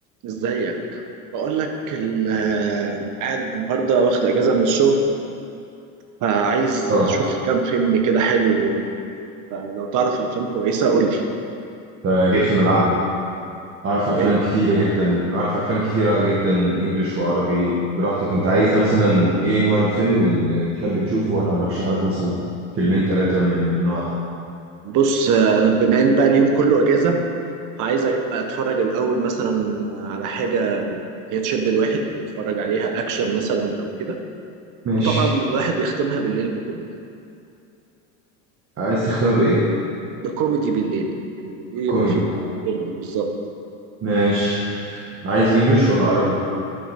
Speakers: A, on the right (about 50°); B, on the right (about 35°).
A: ازيك بقول لك ال- قاعد النهارده واخد اجازه من الشغل فعايز
B: اه
A: اشوف كام فيلم كده حلو فلو تعرف افلام كويسه قول لي
B: فجيت في ملعبي اعرف
A: تمام.
B: افلام كتيره جدا اعرف افلام كتيره جدا انجليش وعربي براحتك انت عايز مثلا ايه نوع الفيلم اللي تحب تشوفه وانا هرشح لك مثلا فيلمين ثلاثه من النوع ده
A: بص انا بما ان بقى اليوم كله اجازه فعايز اتفرج الاول مثلا على حاجه هي تشد الواحد ونتفرج عليها اكشن مثلا او كده
B: ماشي
A: وطبعا الواحد يختمها بالليل بكوميدي
B: عايز تختمها بايه
A: بكوميدي بالليل يعني بالليل
B: كوميدي
A: يبقى فيه كوميدي بالظبط
B: ماشي عايز انجليش ولا عربي